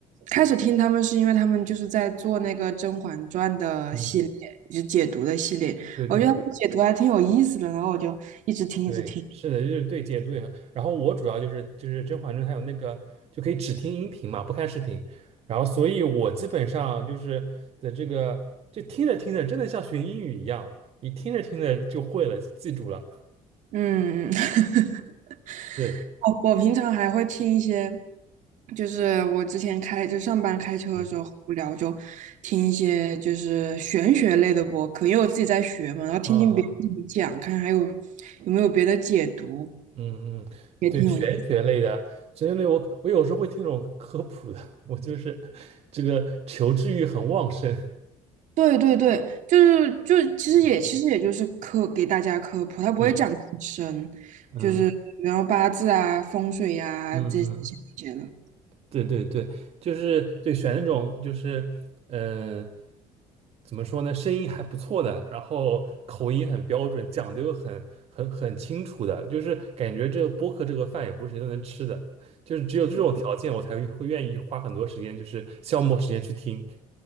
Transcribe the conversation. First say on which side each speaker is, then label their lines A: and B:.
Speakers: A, on the right; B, on the right.
A: 开始听他们是因为他们就是在做那个《甄嬛传》的系列，
B: 嗯，
A: 就是解读的系列，
B: 对对
A: 我觉得他们解读还挺有意思的，然后我就一直听一直听。
B: 对，是的，就是对解读也很。然后我主要就是就是《甄嬛传》，还有那个就可以只听音频嘛，不看视频。然后，所以我基本上就是的这个，就听着听着，真的像学英语一样，你听着听着就会了，就记住了。
A: 嗯，嗯 <laughs>
B: 对，
A: 我我平常还会听一些，就是我之前开就上班开车的时候无聊就听一些就是玄学类的播客，
B: 嗯，
A: 因为我自己在学嘛，然后听听别人怎么讲，
B: 啊啊。
A: 看还有有没有别的解读，
B: 嗯嗯，
A: 也挺有意思。
B: 对，玄学类的，玄学类我我有时候会听那种科普的，我就是这个求知欲很旺盛。
A: 对对对，就是就其实也其实也就是科给大家科普，
B: 嗯，
A: 他不会讲得很深，
B: 对，嗯
A: 就是然后八字啊、风水呀、
B: 嗯嗯，
A: 这这些这些了。
B: 对对对，就是对选那种就是嗯、呃怎么说呢，声音还不错的，然后口音很标准，讲的又很很很清楚的，就是感觉这个播客这个饭也不是谁都能吃的，就是只有这种条件我才会愿意花很多时间，就是消磨时间去听。